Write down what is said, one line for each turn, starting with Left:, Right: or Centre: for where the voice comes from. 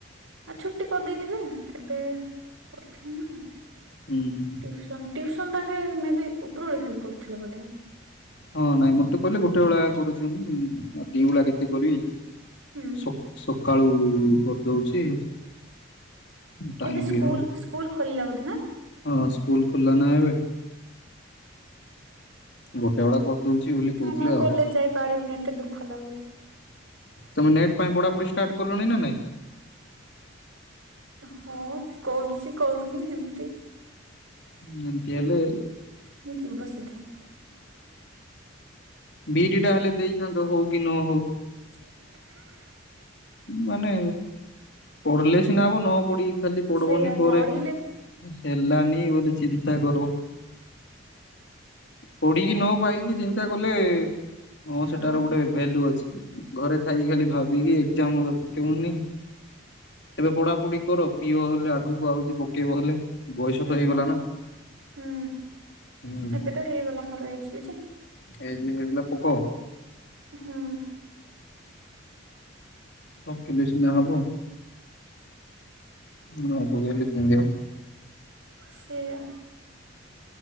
Right: ଆଉ ଛୁଟି କରିଦେଇଥିବେ ଏବେ କରିଥିବେ
Left: ହୁଁ ହୁଁ
Right: ଟିଉସନ୍। ଟିଉସନ୍ ତାଙ୍କେ ମେ ବି ଉପରବୋଳି ଖାଲି କରୁଥିଲେ ବୋଧେ।
Left: ହଁ ନାଇଁ ମତେ କହିଲେ ଗୋଟେ ବେଳା କରୁଛି ମୁଁ ଉଁ ଆଉ ଦିଓଳା କେତେ କରିବି?
Right: ହୁଁ।
Left: ସ ସକାଳୁ କରିଦଉଛି। ଟାଇମ
Right: ଏବେ ସ୍କୁଲ୍-ସ୍କୁଲ
Left: ବି ହଉ
Right: ଖୋଲିଲା ବୋଧେ ନା।
Left: ହଁ ସ୍କୁଲ ଖୁଲ୍ଲା ନା ଏବେ। ଗୋଟେ ବେଳା କରିଦଉଛି ବୋଲି କହୁଥିଲେ
Right: ଆମେ
Left: ଆଉ।
Right: କଲେଜ ଯାଇପାରିବୁନି ଏତେ ଦୁଃଖ ଲାଗୁଛି।
Left: ତମେ ନେଟ୍ ପାଇଁ ପଢ଼ାପଢ଼ି ଷ୍ଟାର୍ଟ କଲଣି ନା ନାଇଁ?
Right: ହଁ, କରୁଛି କରୁନି ଏମିତି।
Left: ଏମିତି ହେଲେ-
Right: ହୁଁ ଯିବ ବସିଧା।
Left: ବି ଈ ଡି ଟା ହେଲେ ଦେଇ ଥାନ୍ତ ହଉ କି ନ ହଉ।
Right: <inaudible>
Left: ମାନେ। ପଢ଼ିଲେ ସିନା ହବ ନ ପଢ଼ିକି ଖାଲି ପଢ଼ଉନି
Right: ସେଇଆ
Left: ପରେ।
Right: ପଢିଲେ
Left: ହେଲାନି ବୋଧେ ଚିନ୍ତା କରୋ। ପଢ଼ିକି ନ ପାଇକି ଚିନ୍ତା କଲେ ହଁ
Right: ହବ
Left: ସେଟାର ଗୋଟେ। ଭେଲୁ ଅଛି ଘରେ ଥାଇକି ଖାଲି ଭାବିକି ଏକ୍ଜାମ୍ <unintelligible> ପକେଇବୁନି। ଏବେ ପଢାପଢି କର ପିଅ ହେଲେ ଆଗକୁ ଆଉଛି ବ କେଇବ ହେଲେ ବୟସ
Right: ହୁଁ।
Left: ତ ହେଇଗଲା ନା।
Right: ହୁଁ
Left: ହୁଁ
Right: ଏବେ ତ ହେଇଗଲା ମୋର ଏଜ୍ ବି ଯେ।
Left: ଏଜ୍ ବି ହେଇଗଲା ପୋକ।
Right: ହୁଁ।
Left: ପକେଇଲେ ସିନା ହବ। ନ ପକେଇଲେ କିନ୍ଦି ହବ।
Right: ସେୟା।